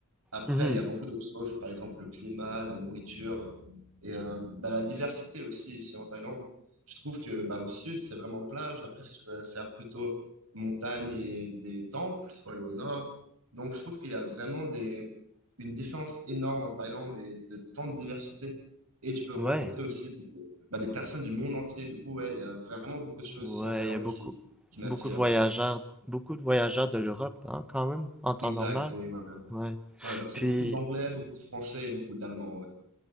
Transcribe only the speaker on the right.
Après,
il y a beaucoup d'autres choses, par exemple le climat, la nourriture et euh, bah, la diversité aussi ici en Thaïlande. Je trouve que bah, au sud, c'est vraiment plage. Après, si tu veux faire plutôt montagne et des temples, il faut aller au nord. Donc, je trouve qu'il y a vraiment des... une différence énorme en Thaïlande et de tant de diversité. Et tu peux
rencontrer aussi des, bah, des personnes du monde entier. Du coup, ouais, il y a vraiment beaucoup de choses
ici en Thaïlande
qui, qui m'attirent.
ouais.
Exact.
oui, ouais.
Ouais, bah, c'est
beaucoup d'anglais, beaucoup de français et beaucoup d'allemand. ouais.